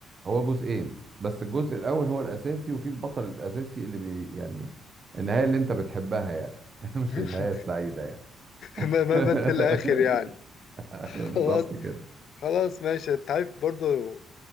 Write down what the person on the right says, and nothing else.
هو جزئين بس الجزء الاول هو الاساسي وفي البطل الاساسي اللي بي يعني النهايه اللي انت بتحبها يعني <laughs> مش
النهايه السعيده يعني
<laughs>
ايوه بالظبط
كده